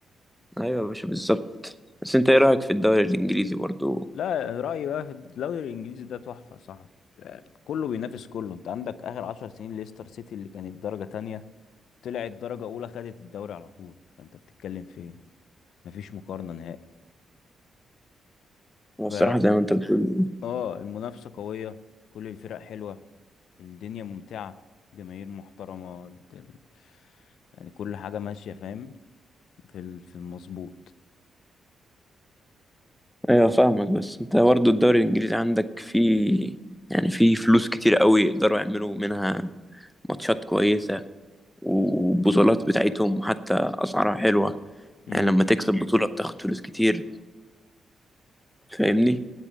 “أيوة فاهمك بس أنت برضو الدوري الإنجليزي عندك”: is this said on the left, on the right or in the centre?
Centre